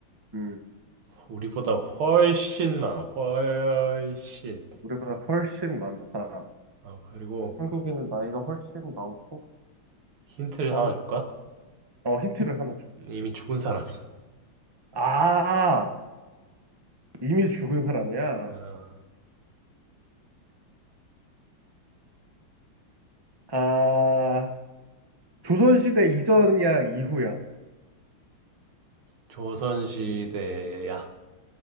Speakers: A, on the right; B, on the right.
A: 음,
B: 우리보다 훨씬 많아. 훨씬.
A: 우리보다 훨씬 많다.
B: 어, 그리고
A: 한국인은 나이가 훨씬 많고,
B: 힌트를
A: 정,
B: 하나 줄까?
A: 어, 힌트를 하나 줘.
B: 이미 죽은 사람이야.
A: 아, 이미 죽은 사람이야.
B: 어,
A: 아, 조선시대 이전이야, 이후야?
B: 조선시대야.